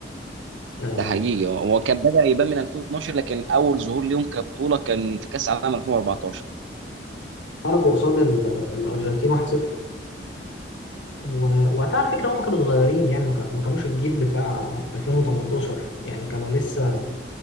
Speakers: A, on the left; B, on the right.
A: آه،
B: ده حقيقي آه، هو كان بدأ يبان من 2012 لكن اول ظهور ليهم كبطوله كان في كاس عالم 2014
A: خرجوا قصاد ال- الارجنتين 1-0 و- وقتها على فكرة هم كانوا صغيرين يعني ما كا- ما كانوش الجيل بتاع 2018 يعني كانوا لسه